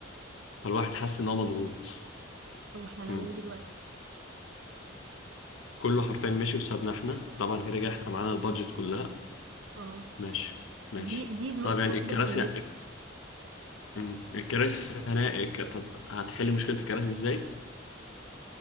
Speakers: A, on the left; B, on the right.
A: فالواحد حاسس إن هو مضغوط
B: طب احنا هنعمل
A: مم.
B: ايه دلوقتي
A: كله حرفيا ماشي بسببنا إحنا طبعا كده كده إحنا معانا البادجت كلها
B: اه
A: ماشي ماشي
B: دي دي النقطة
A: طب يعني
B: الوحيدة
A: الكراسي
B: الكويسة
A: مم. الكراسي هنا طب هتحل مشكلة الكراسي إزاي؟